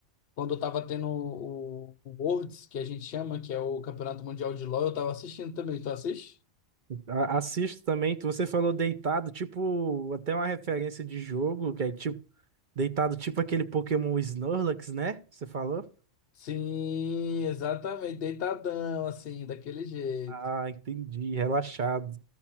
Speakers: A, on the left; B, on the right.
A: quando eu tava tendo o, o Worlds, que a gente chama, que é o Campeonato Mundial de LoL, eu tava assistindo também. Tu assiste?
B: a- assisto também, tu- você falou deitado, tipo, até uma referência de jogo, que é tipo deitado tipo aquele Pokémon Snorlax, né? Você falou?
A: Sim, exatamente, deitadão, assim, daquele jeito,
B: Ah, entendi, relaxado.